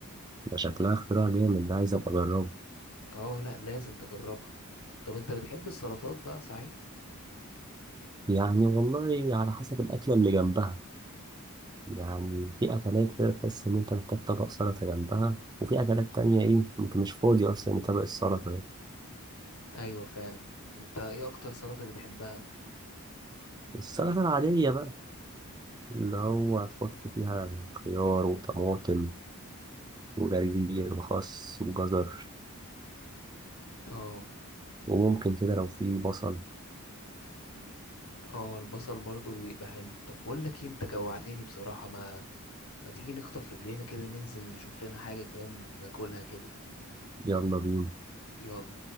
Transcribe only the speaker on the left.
اه لا لازم تجربها طب انت بتحب السلطات بقى صحيح
ايوه فعلا انت ايه اكتر سلطه بتحبها
اه
اه البصل برضو بيبقى حلو طب بقول لك ايه انت جوعتني بصراحه ما ما تيجي نخطف رجلينا كده ننزل نشوف لنا حاجه كمان ناكلها كده
يلا